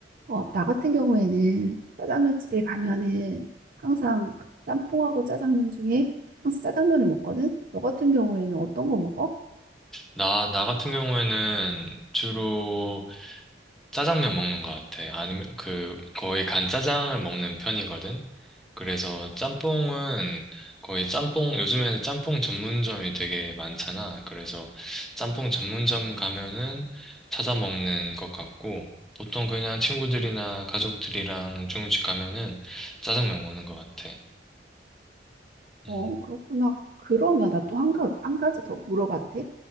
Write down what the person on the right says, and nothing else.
어, 나 같은 경우에는 짜장면 집에 가면은 항상 짬뽕하고 짜장면 중에 항상 짜장면을 먹거든? 너 같은 경우에는 어떤 거 먹어?
어, 그렇구나. 그러면 나 또 한, 가- 한 가지 더 물어봐도 돼?